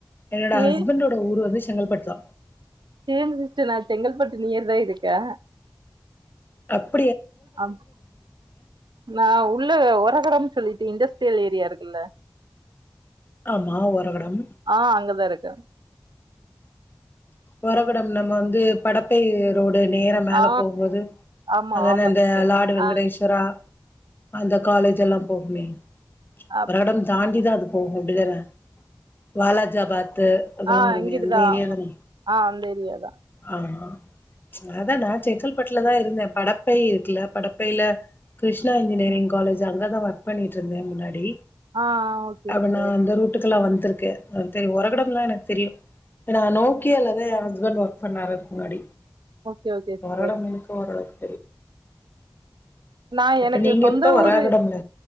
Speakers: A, on the left (about 25°); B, on the right (about 75°).
A: என்னோட
B: சேரி
A: ஹஸ்பண்டோட ஊர் வந்து செங்கல்பட்தா
B: சேரி சிஸ்டர் நான் செங்கல்பட்டு நியர் தான் இருக்கே
A: அப்
B: அம் ஆ நா உள்ள ஒரகடம் சொல்லிட்டு இண்டஸ்ட்ரியல் ஏரியா இருக்குல்ல
A: மா ஒரகடம்
B: ஆ அங்கதா இருக்க
A: ஒரகடம் நம்ம வந்து படப்பை ரோடு நேரா மேல
B: ஆ
A: போம்போது
B: ஆமா
A: அதான
B: ஆமா
A: இந்த
B: சிஸ்டர்
A: லாடு வெங்கடேஸ்வரா
B: ஆ
A: அந்த காலேஜ் எல்லா போகுமே
B: அப்
A: ஒரகடம் தாண்டிதா போகு அப்டிதான வாலாஜாபாத் அதெல்லா
B: ஆ
A: வருமே
B: இங்கிட்டுதா
A: அந்த ஏரியா தான
B: ஆ அந்த ஏரியாதா
A: ஆமா அதா நா செங்கல்பட்டுல தா இருந்த படப்பை இருக்குல படப்பையில கிருஷ்ணா இன்ஜினியரிங் காலேஜ் அங்க தா ஒர்க் பண்ணிட்டு இருந்தே முன்னாடி
B: ஆ ஓகே
A: அப்ப
B: சிஸ்டர்
A: நா அந்த ரூட்டுக்குெல்லாம் வந் தருக்கே தெரி ஒறகடம் எல்லாம் எனக்கு தெரியும் நா நோக் குக்கியல்லதா எ ஹஸ்பண்ட் ஒர்க் பண்ணாரு முன்னாடி
B: ஓகே ஓகே சிஸ்டர்
A: உரடம் முளுக்க ஓரலவுக்
B: நா எனக்கு
A: இப்ப நீங்க
B: சொந்த
A: இப்ப வராகடம்ல
B: ஊரு